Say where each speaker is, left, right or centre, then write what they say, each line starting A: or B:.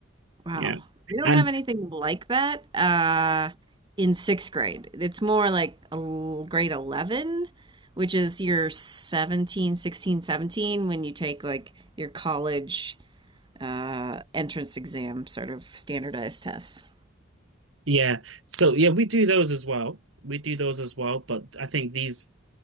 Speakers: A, on the right (about 25°); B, on the right (about 80°).
A: wow.
B: Yeah.
A: We don't
B: And
A: have anything like that uh in sixth grade. It's more like a l- grade 11, which is your 17, 16, 17 when you take like your college uh entrance exam sort of standardized tests.
B: yeah, so yeah, we do those as well. We do those as well, but I think these